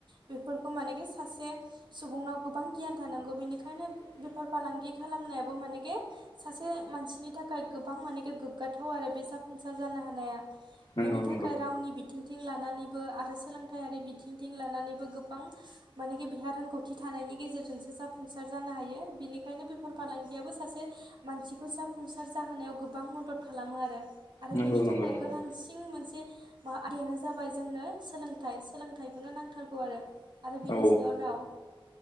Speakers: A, on the right; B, on the left.
A: बे फोरखौ मानेखि सासे सुबुंनाव गोबां गियान थानांगौ बिनिखाय
B: <inaudible>
A: बेफार फालांगि खालामनायाबो मानेेखि सासे मानसिनि थाखाय गोबां मानेेखि गोग्गाथाव आरो बे जाफुंसार जानो हानाया
B: नंगौ
A: बेनि थाखाय
B: नंगौ
A: रावनि बिथिंथिं लानानैबो आरो सोलोंथायारि बिथिंथिं लानानैबो गोबां मानेखि बेहा रोंगौथि था जानायनि गेजेरजोंसो जाफुंसार सार जानो हायो बेनिखायनो बेफार फालांगियाबो सासे मानसिखौ जाफुंसार जाहोनायाव गोबां मदद खालामो आरो आरो
B: नंगौ
A: बिनि
B: नंगौ
A: थाखाय
B: नोंथां
A: गोनांसिन मोनसे मा आयदायानो जाबाय जोंनो सोलोंथाइ सोलोंथाइखौनो नांथारगौ आरो। आरो बेनि
B: औ
A: सायाव राव